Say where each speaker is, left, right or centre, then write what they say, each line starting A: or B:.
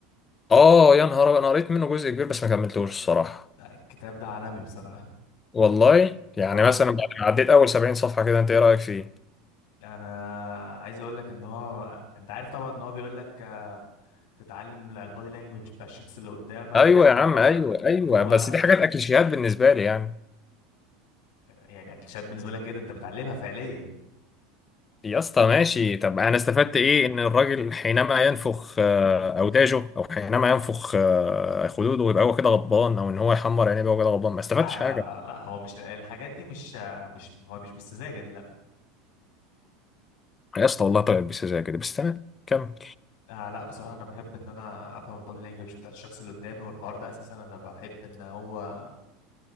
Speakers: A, on the left (about 25°); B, on the left (about 75°).
A: اه يا نهار أبيض، انا قريت منه جزء كبير بس ما كملتوش الصراحه
B: لا الكتاب ده عالمي بصراحة
A: والله يعني
B: اه
A: مثلا بعد ما عديت اول 70 صفحه كده انت ايه رايك فيه
B: انا عايز اقول لك ان هو انت عارف طبعا ان هو بيقول لك تتعلم البادي لانجوج بتاع الشخص اللي قدامك
A: ايوه
B: وتشوف
A: يا عم
B: بقى
A: ايوه ايوه
B: هو
A: بس دي حاجات اكليشيهات بالنسبه لي يعني
B: يعني اكليشات بالنسبه لك ايه ده انت بتعلمها فعليا
A: يا اسطى ماشي طب انا استفدت ايه ان الراجل حينما ينفخ آه، اوداجه او حينما ينفخ آه، خدوده يبقى هو كده غضبان او ان هو يحمر عينيه يبقى هو كده غضبان ما استفدتش
B: لا لا
A: حاجه
B: لا لا هو مش الحاجات دي مش مش هو مش بالسذاجه دي لا
A: يا اسطى والله طيب بس زي كده بس تمام كمل
B: آه لا بصراحه انا بحب ان انا افهم البادي لانجوج بتاعت الشخص اللي قدامي والحوار ده اساسا انا بحب ان هو